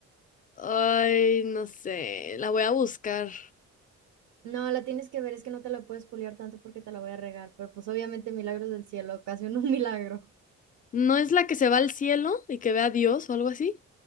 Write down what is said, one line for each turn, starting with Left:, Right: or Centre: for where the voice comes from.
Left: Ay, no sé, la voy a buscar.
Right: No, la tienes que ver, es que no te la puedes spoilear tanto porque te la voy a regar, pero, pues, obviamente Milagros del Cielo, ocasionó un <laughs> milagro.
Left: ¿No es la que se va al cielo y que ve a Dios o algo así?